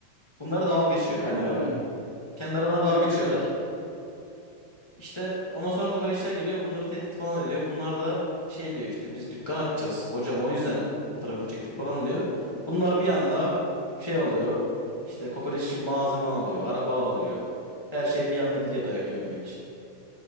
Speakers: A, on the left (about 20°); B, on the right (about 30°).
A: Bunlar dalga geçiyor
B: Ha
A: kendi aralarına. Kendi aralarına dalga
B: evet
A: geçiyorlar.
B: evet
A: İşte ondan sonra kokoreçler geliyor bunları tehdit falan ediyor. Bunlar da şey diyor işte biz dükkan açacağız. Hocam o yüzden fotoğrafını çektik falan diyor. Bunlar bir anda şey oluyor. İşte kokoreç için malzeme alıyor, araba alıyor. Her şey bir anda gidiyor dayak yememek için.